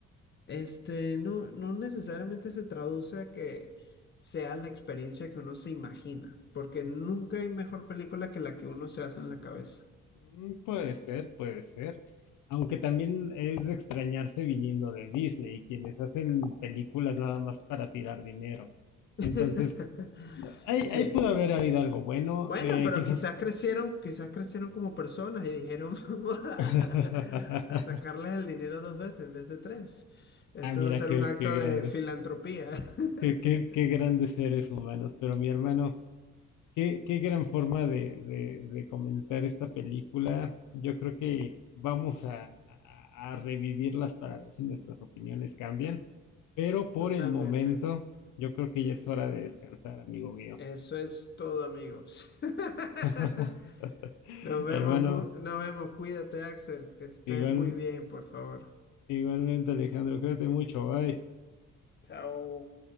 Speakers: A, on the left; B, on the left.
A: este, no, no necesariamente se traduce a que sea la experiencia que uno se imagina, porque nunca hay mejor película que la que uno se hace en la cabeza.
B: Mm, puede ser, puede ser. Aunque también es de extrañarse viniendo de Disney, quienes hacen películas nada más para tirar dinero.
A: <laughs>
B: Entonces, ahí,
A: Sí.
B: ahí pudo haber habido algo bueno,
A: Bueno,
B: eh,
A: pero
B: quizás.
A: quizás crecieron, quizás crecieron como personas y dijeron, <laughs> vamos a,
B: <laughs>
A: a sacarles el dinero dos veces en vez de tres. Esto
B: Ah, mira,
A: va a ser
B: qué,
A: un acto
B: qué grandes.
A: de filantropía.
B: Qué, qué,
A: <laughs>
B: qué grandes seres humanos, pero mi hermano, qué, qué gran forma de, de, de comentar esta película. Yo creo que vamos a, a- a revivirlas para ver si nuestras opiniones cambian, pero por
A: Totalmente.
B: el momento yo creo que ya es hora de descansar, amigo mío.
A: Eso es todo, amigos. <laughs>
B: <laughs>
A: Nos vemos,
B: Hermano,
A: mu- nos vemos. Cuídate, Axel, que estés
B: igual,
A: muy bien, por favor.
B: igualmente Alejandro, cuídate mucho, bye.
A: Chao.